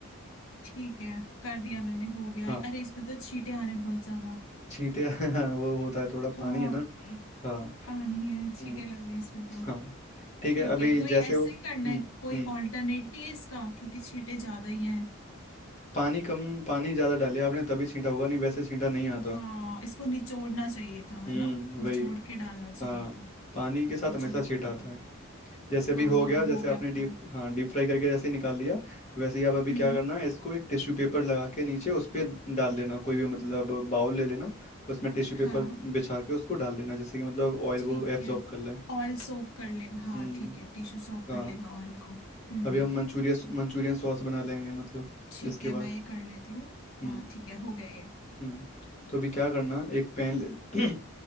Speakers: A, on the left; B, on the left.
A: ठीक है कर दिया
B: हम्म।
A: मैंने हो गया
B: हाँ
A: है। अरे इसमें तो छींटे आ रहे हैं बहुत ज्यादा
B: छींटे <laughs> हाँ वो होता है थोड़ा
A: हाँ
B: पानी है ना हाँ
A: पानी है छींटे
B: हम्म
A: लग रहे हैं इसमें तो
B: हाँ ठीक
A: ठीक
B: है अभी
A: है तो ये
B: जैसे
A: ऐसे
B: वो हम्म
A: ही करना है कोई
B: हम्म
A: ऑल्टरनेट नहीं है इसका क्योंकि छींटे ज्यादा ही हैं
B: पानी कम पानी ज्यादा डालिए आपने तभी छींटा होगा नहीं वैसे छींटा नहीं आता
A: हाँ इसको निचोड़ना चाहिए था है
B: हम्म
A: ना निचोड़
B: वही
A: के डालना चाहिए
B: हाँ
A: था
B: पानी के साथ
A: क्या
B: हमेशा
A: चलो
B: छींटा
A: हम्म,
B: आता है जैसे अभी
A: हाँ
B: हो
A: हाँ
B: गया
A: हो
B: जैसे
A: गया
B: आपने
A: अब
B: डीप
A: तो
B: हाँ डीप फ्राई करके जैसे निकाल लिया वैसे ही आप अभी
A: हम्म
B: क्या करना है इसको एक टिश्यू पेपर लगा के नीचे उस पे डाल लेना कोई भी मतलब बाउल ले लेना उसमें टिश्यू पेपर
A: हाँ
B: बिछा के उसको डाल लेना जैसे कि मतलब ऑयल
A: ठीक
B: वो एब्जॉर्ब
A: है
B: कर ले
A: ऑयल सोक कर लेगा हाँ
B: हम्म
A: ठीक है टिश्यू सोक
B: हाँ
A: कर लेगा ऑयल को हम्म
B: अभी हम मंचूरियन मंचूरियन सॉस बना लेंगे मतलब
A: ठीक
B: इसके
A: है मैं
B: बाद
A: ये कर लेती हूँ
B: हम्म
A: हाँ ठीक है हो गया ये
B: हम्म तो अभी क्या करना एक पैन ले <clears throat>